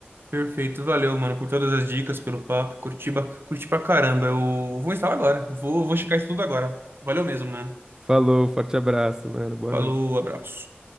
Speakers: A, on the right (about 65°); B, on the right (about 15°).
A: Perfeito, valeu, mano, por todas as dicas, pelo papo. Curti, ba- curti pra caramba. Eu vou instalar agora. Vou, vou checar isso tudo agora. Valeu mesmo, mano.
B: Falou, forte abraço, mano. Boa
A: Falou,
B: noite.
A: abraço.